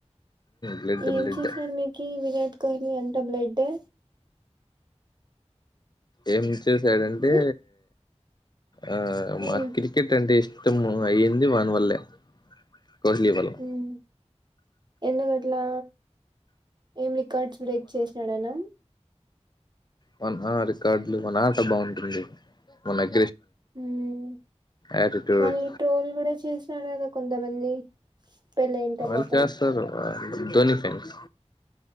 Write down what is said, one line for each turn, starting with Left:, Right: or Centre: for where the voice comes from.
Left: బ్లడ్
Right: ఏం
Left: బ్లడ్
Right: చేసారు మీకి విరాట్ కోహ్లీ ఎంత బ్లేడ్డు
Left: ఏం చేసాడంటే
Right: ఉమ్
Left: ఆ మా
Right: ఉమ్
Left: క్రికెట్ అంటే ఇష్టం అయ్యింది వానివల్లే కోహ్లీ వాళ్ళు
Right: ఉమ్ ఎందుకట్లా ఏం రికార్డ్స్ బ్రేక్ చేసినాడనా
Left: అవున్ ఆ రికార్డులు మన ఆట బాగుంటుంది మనయ్
Right: ఉమ్
Left: యాటిట్యూడ్
Right: మళ్ళి ట్రోల్ గూడా చేసారు కదా కొంతమంది పెళ్ళయిన తర్వాత
Left: ఆళ్ళు చేస్తారు ధోని ఫ్యాన్స్